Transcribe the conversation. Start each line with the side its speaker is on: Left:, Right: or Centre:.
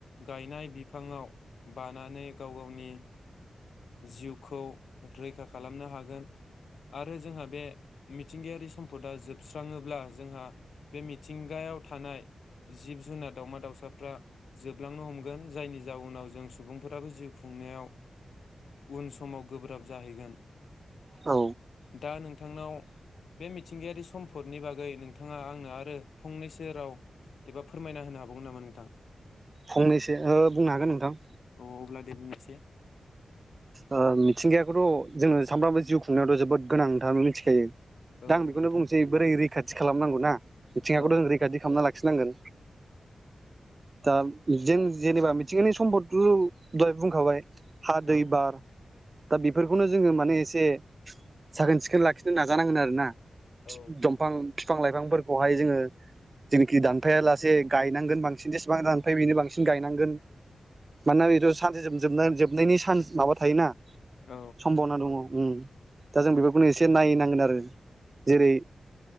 Left: गायनाय बिफाङाव बानानै गाव गाव नि जिउखौ रैखा खालामनो हागोन आरो जोंहा बे मिथिंगायारि सम्पदा जोबस्राङोब्ला जोंहा बे मिथिंगायाव थानाय जिब जुनार दामा दाउसाफ्रा जोबलांनो हमगोन जायनि जाउनाव जों सुबुंफोराबो जिउ खुं खुंनायाव उन समाव गोब्राब जाहैगोन
Right: औ
Left: दा नोंथांनाव बे मिथिंगायारि सम्फदनि बागै नोंथाङा आंनो आरो फंनैसो राव एबा फोरमायना होनो हाबावगोन नामा नोंथां?
Right: फंनैसो बुंनो हागोन नोंथां।
Left: औ अब्ला दे बुं। एसे
Right: ओ मिथिंगायाखौथ' जोङो सामफ्रामबो जिउ खुंनायावाथ' जोबोद गोनांथार मिथिखायो
Left: औ
Right: दा आं बेखौनो
Left: नोंथां
Right: बुंसै बोरै रैखाथि थि खालामनांगौ ना। मिथिंगाखौथ'
Left: औ
Right: जों रैखाथि खालामना लाखिनांगोन। दा जों जेनेबा मिथिंगानि सम्पदथ' दहाय बुंखाबाय हा दै
Left: औ
Right: बार दा बेफोरखौनो जोङो माने एसे साखोन सिखोन लाखिनो नाजानांगोन आरोना।
Left: औ
Right: दंफां फिफां लाइफांफोरखौहाय जोङो जेनिखि दानफाया लासे गायनांगोन बांसिन जेसेबां दानफै बेनो बांसिन गायनांगोन। गोन मानोना बेथ' सानसे सम जोबनाय जोबनायनि सान माबा थायोना।
Left: औ
Right: सम्भावना दङ। उम दा जों बेफोरखौनो एसे नायहैनांगोन आरो। जेरै